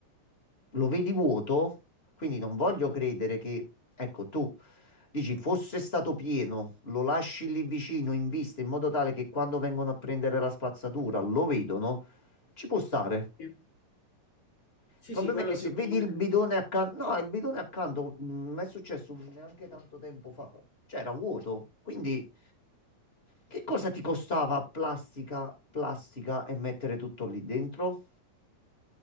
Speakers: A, on the left; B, on the left.
A: lo vedi vuoto, quindi non voglio credere che, ecco, tu dici fosse stato pieno, lo lasci lì vicino in vista in modo tale che quando vengono a prendere la spazzatura lo vedono, ci può stare.
B: sì,
A: Il
B: sì,
A: problema
B: sì, quello
A: è che
B: sicuramente.
A: se vedi il bidone accanto, no, il bidone accanto, mi è successo neanche tanto tempo fa, c'era vuoto, quindi che cosa ti costava plastica, plastica e mettere tutto lì dentro?